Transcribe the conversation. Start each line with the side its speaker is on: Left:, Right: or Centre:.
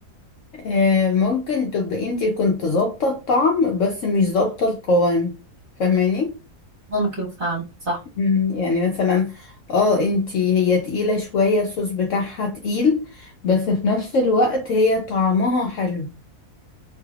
Left: آه ممكن تبقي انتي كنت ظابطة الطعم بس مش ظابطة القوام فاهماني؟
Right: <laughs> ممكن فعلا صح
Left: مم، يعني مثلا اه انتي هي تقيلة شوية الصوص بتاعها تقيل بس في نفس الوقت هي طعمها حلو